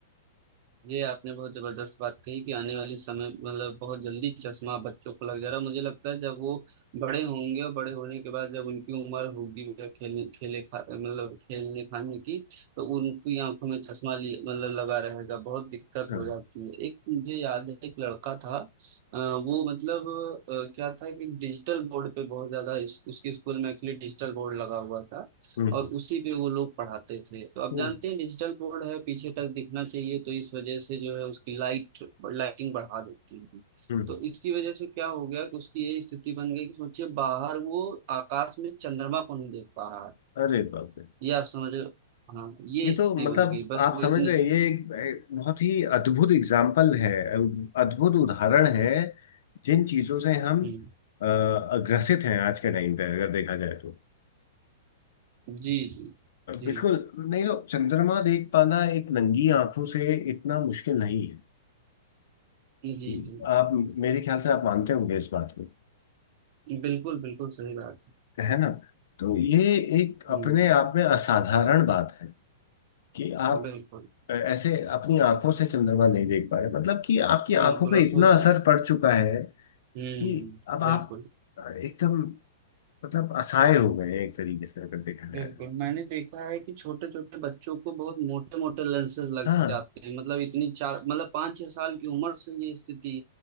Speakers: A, on the right; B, on the left.
A: ये आपने बहुत जबरदस्त बात कही कि आने वाले समय मतलब बहुत जल्दी चश्मा बच्चों को लग जा रहा है मुझे लगता है जब वो बड़े होंगे और बड़े होने के बाद जब उनकी उम्र होगी वह खेल खेले खा मतलब खेलने खाने की तो उनकी आंखों में चश्मा लिए- मतलब लगा रहेगा बहुत दिक्कत
B: हाँ
A: हो जाती है एक मुझे याद है एक लड़का था अ, वो मतलब अ, क्या था कि डिजिटल बोर्ड पे बहुत ज्यादा इस, उसके स्कूल में एक्चुअली डिजिटल बोर्ड लगा हुआ था
B: हम्म
A: और उसी पे वो लोग पढ़ाते थे तो अब
B: हम्म
A: जानते हैं डिजिटल बोर्ड है पीछे तक दिखना चाहिए तो इस वजह से जो है उसकी लाइट लाइटिंग बढ़ा देती है
B: हम्म।
A: तो इसकी वजह से क्या हो गया कि उसकी ये स्थिति बन गई कि सोचिए बाहर वो आकाश में चंद्रमा को नहीं देख पा रहा है
B: अरे बाप रे
A: ये आप समझ लो हाँ ये
B: ये
A: स्थिति
B: तो मतलब
A: बन गई बस
B: आप
A: वो
B: समझ
A: इतनी
B: रहे हैं ये एक, एक बहुत ही अद्भुत एग्जाम्पल है अद्भुत उदाहरण है जिन चीजों से हम
A: हम्म,
B: अ, ग्रसित हैं आज के टाइम पे अगर देखा जाए तो
A: जी जी जी
B: बिल्कुल नहीं तो चंद्रमा देख पाना एक नंगी आंखों से इतना मुश्किल नहीं है
A: जी
B: हम्म।
A: जी
B: आप मेरे ख्याल से आप मानते होंगे इस बात को
A: बिल्कुल बिल्कुल सही बात है
B: है ना तो ये एक अपने
A: हम्म
B: आप में असाधारण बात है कि आप
A: बिल्कुल
B: ऐसे अपनी आंखों से चंद्रमा नहीं देख पा रहे मतलब कि आपकी आंखों
A: बिल्कुल
B: पे
A: अब
B: इतना
A: सोचिए
B: असर पड़ चुका है
A: हम्म
B: कि अब आप
A: बिल्कुल
B: एकदम मतलब असहाय हो गए हैं एक तरीके से अगर देखा जाए
A: बिल्कुल
B: तो।
A: मैंने देखा है कि छोटे छोटे बच्चों को बहुत मोटे मोटे लेंसेज लग
B: हाँ
A: जाते हैं मतलब इतनी चार मतलब पाँच छह साल की उम्र से ये स्थिति